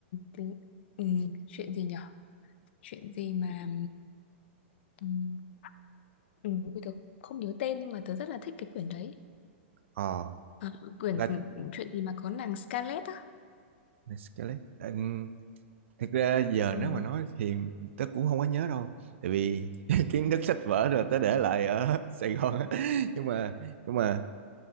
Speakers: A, on the left (about 60°); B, on the right (about 75°).
A: tiếng, ừ, chuyện gì nhỉ chuyện gì mà ừm, ừm, ui, tớ không nhớ tên nhưng mà tớ rất là thích cái quyển đấy
B: ờ
A: à, quyển
B: là
A: chuyện gì mà có nàng Scarlett á
B: là Scarlett. Ừ, thực ra giờ
A: Ừm,
B: nếu mà nói thì tớ cũng không có nhớ đâu tại vì <laughs> kiến thức sách vở rồi tớ để lại ở <laughs> Sài Gòn á nhưng mà nhưng mà